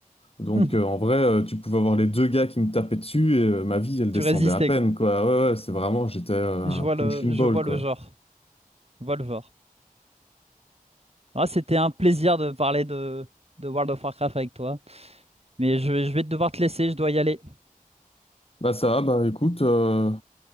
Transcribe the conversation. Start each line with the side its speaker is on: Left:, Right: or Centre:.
Left: Donc
Right: <laughs>
Left: euh, en vrai, euh, tu pouvais avoir les deux gars qui me tapaient dessus et euh, ma vie, elle descendait
Right: Tu résistais,
Left: à peine,
Right: quoi.
Left: quoi. Ouais, ouais, c'est vraiment, j'étais euh,
Right: Je
Left: un
Right: vois
Left: punching
Right: le, je
Left: ball,
Right: vois
Left: quoi.
Right: le genre. Je vois le genre. Ah, c'était un plaisir de parler de, de World of Warcraft avec toi. Mais je, je vais devoir te laisser, je dois y aller.
Left: Bah ça va, bah écoute, euh,